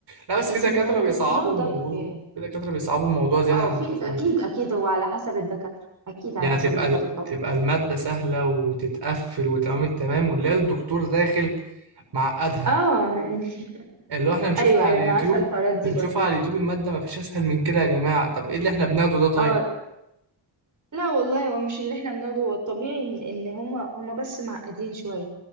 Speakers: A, on the right; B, on the right.
A: لا
B: احساس
A: بس في دكاترة
B: ان
A: بيصعبوا
B: not good enough
A: الموضوع
B: ده طبيعي
A: في دكاترة بيصعبوا الموضوع زيادة
B: اه
A: عن
B: في
A: اللزوم
B: اكيد اكيد هو على حسب الدكاتره اكيد على
A: يعني
B: حسب
A: تبقى
B: الدكاتره طبعا
A: تبقى المادة سهلة وتتقفل وتمام التمام ونلاقي الدكتور داخل معقدها
B: اه يعني
A: اللي
B: <laughs>
A: هو احنا نشوفها
B: ايوه ايوه
A: على
B: انا
A: اليوتيوب
B: عارفه الحوارات دي
A: بنشوفها
B: برضه
A: على اليوتيوب المادة مفيش أسهل من كده يا جماعة طب إيه اللي احنا بناخده ده طيب؟
B: اه لا والله هو مش اللي احنا بناخده هو الطبيعي ان ان هما هما بس معقدين شويه